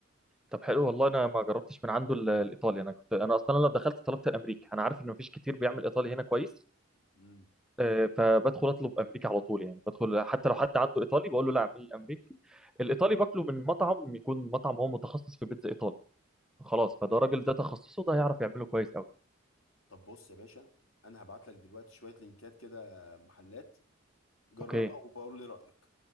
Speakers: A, in the centre; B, on the left (about 75°).
A: طب حلو والله انا ما جربتش من عنده ال- الايطالي انا كنت انا اصلا لما دخلت طلبت الامريكي انا عارف ان مفيش كتير بيعمل ايطالي هنا كويس
B: امم
A: آه، فبدخل اطلب امريكي على طول يعني بدخل حتى لو حد عنده ايطالي بقول له لا اعمل لي الامريكي الايطالي باكله من مطعم يكون مطعم هو متخصص في بيتزا ايطالي خلاص فده راجل ده تخصصه ده هيعرف يعمله كويس قوي
B: طب بص يا باشا انا هبعت لك دلوقتي شويه لينكات كده محلات جربها
A: اوكي
B: وبقول لي رايك